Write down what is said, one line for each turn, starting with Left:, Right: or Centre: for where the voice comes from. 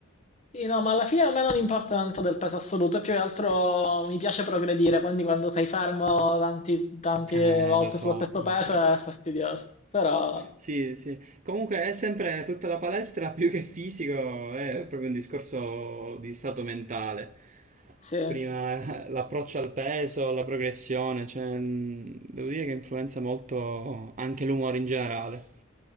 Left: Sì, no, ma alla fine a me non importa tanto del peso assoluto, è più che altro mi piace progredire, quindi quando sei fermo tanti- tante
Right: Eh,
Left: volte
Right: lo so,
Left: sullo stesso
Right: lo
Left: peso
Right: so.
Left: è fastidioso, però
Right: Sì, sì. Comunque è sempre tutta la palestra più che fisico, è proprio un discorso di stato mentale.
Left: sì, è
Right: Prima eh, l'approccio al peso, la progressione, cioè, mh, devo dire che influenza molto anche l'umore in generale.